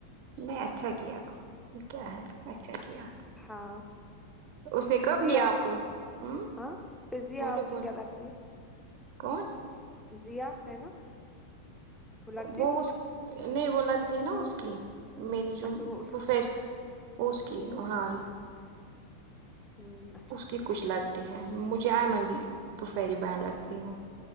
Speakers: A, on the right (about 45°); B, in the centre.
A: نہیں اچھا کیا کیا ہے اچھا کیا
B: ہاں
A: اس نے
B: فرزیا
A: کب لیا آپ کو ہوں
B: ہاں فرزیا
A: بولو
B: آپ
A: بولو
B: کی کیا لگتی ہے
A: کون
B: ضیا ہے نا لگتی
A: وہ
B: ہے کچھ
A: اس نہیں وہ لگتی ہے نا اس کی میری جو
B: اچھا وہ اس
A: پھوفے اس کی وہاں
B: ہوں اچھا
A: اس کی کچھ لگ تی ہیں مجھے آئمن دی پہوفری بہن لگتی ہیں